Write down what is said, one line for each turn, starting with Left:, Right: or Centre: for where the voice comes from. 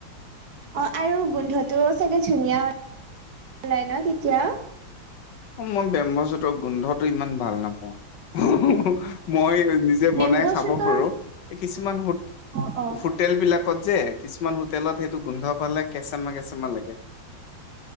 Right: অ', আৰু গোন্ধটো চাগে ধুনীয়া ওলায় ন তেতিয়া?
Left: মই বেম্ব'চোতৰ গোন্ধটো ইমান ভাল নাপাওঁ। <unintelligible> মই নিজে
Right: মেম্ব
Left: বনাই খাব
Right: চুটৰ
Left: পাৰো। এই কিছুমানো
Right: অ অ
Left: হোটেলবিলাকত যে কিছুমান হোটেলত সেইটো গোন্ধ পালে কেঁচেমা কেঁচেমা লাগে।